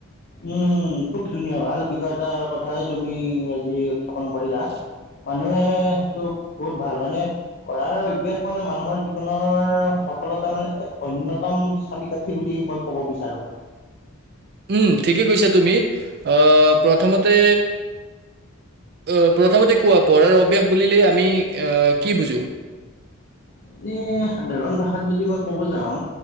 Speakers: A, on the left (about 45°); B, on the right (about 45°).
A: উম, খুব ধুনীয়া, ভাল বিষয় এটাৰ কথাই তুমি আজি উত্থাপন কৰিলা।
B: <inaudible>
A: মানুহেতো বহুত ভাল মানে কৰাৰ অভ্যাস মানে মানুহৰ জীৱনৰ সফলতাৰ মানে, এক অন্যতম চাবিকাঠি বুলি মই ক'ব বিচাৰোঁ।
B: উম, ঠিকে কৈছা তুমি। আহ, প্ৰথমতে অ', প্ৰথমতে কোৱা, পঢ়াৰ অভ্যাস বুলিলে আমি আহ কি বুজো?
A: এ, সাধাৰণ ভাষাত যদি মই ক'ব যাওঁ,